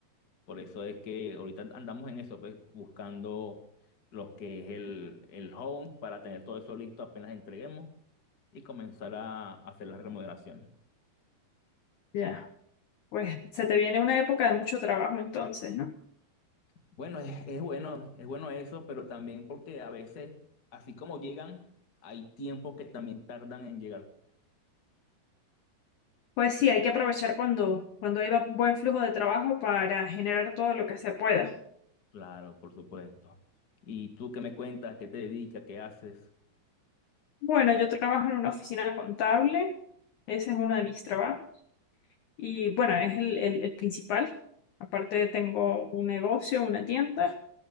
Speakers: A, on the left (about 40°); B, on the left (about 75°).
A: Por eso es que ahorita andamos en eso, pues, buscando lo que es el, el home para tener todo eso listo apenas entreguemos y comenzar a hacer las remodelaciones.
B: Ya, pues se te viene una época de mucho trabajo entonces, ¿no?
A: Bueno, es, es bueno, es bueno eso, pero también porque a veces, así como llegan, hay tiempos que también tardan en llegar.
B: Pues sí, hay que aprovechar cuando, cuando hay ba- buen flujo de trabajo para generar todo lo que se pueda.
A: Claro, por supuesto. ¿Y tú qué me cuentas? ¿Qué te dedicas? ¿Qué haces?
B: Bueno, yo trabajo en una oficina contable, ese es uno de mis trabajos, y bueno, es el, el el principal. Aparte tengo un negocio, una tienda.